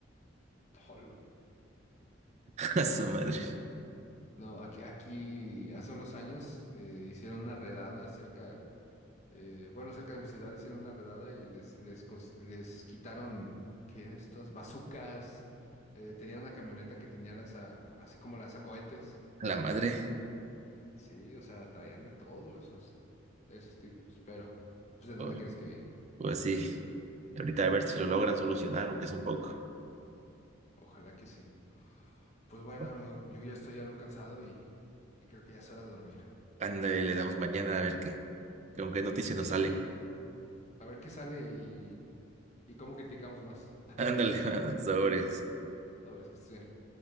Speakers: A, on the left; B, on the right.
A: <laughs> Olo.
B: <laughs> A su madre,
A: Sí, No, aquí, aquí hace unos años eh, hicieron una redada cerca eh, bueno, cerca de mi ciudad hicieron una redada y les, les, cons- les quitaron, ¿qué? Estas bazucas. eh, tenían una camioneta que tenía lanza, así como lanzacohetes.
B: a la madre.
A: Sí, o sea, traían de todo esos, esos tipos. Pero, pues, ¿de dónde
B: Pues,
A: crees que vienen?
B: pues sí, ahorita a ver si lo logran solucionar, aunque es un poco.
A: Ojalá que sí. Pues bueno,
B: Bueno,
A: amigo, yo ya estoy algo cansado y, y creo que ya es hora de dormir.
B: Ándale, le damos mañana a ver qué, qué con qué noticias
A: Sí,
B: nos salen.
A: mañana. A ver qué sale y, y, y cómo criticamos más.
B: Ándale, <laughs> sobres.
A: Sabes que estés bien.